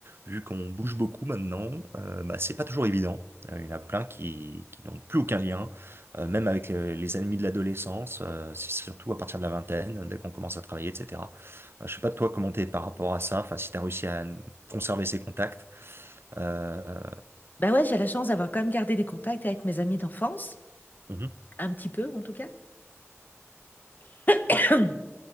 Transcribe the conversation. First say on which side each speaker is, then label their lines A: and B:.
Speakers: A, on the right; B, on the left.
A: vu qu'on bouge beaucoup maintenant, euh, bah, c'est pas toujours évident. Euh, Il y en a plein qui, qui n'ont plus aucun lien, euh, même avec les, les amis de l'adolescence. euh, c'est surtout à partir de la vingtaine, dès qu'on commence à travailler, etc. Euh, je sais pas toi comment t'es par rapport à ça. Enfin, si t'as réussi à conserver ces contacts. Euh,
B: Ben ouais, j'ai la chance d'avoir quand même gardé des contacts avec mes amis d'enfance,
A: euh, mhm,
B: un petit peu en tout cas. <clears throat>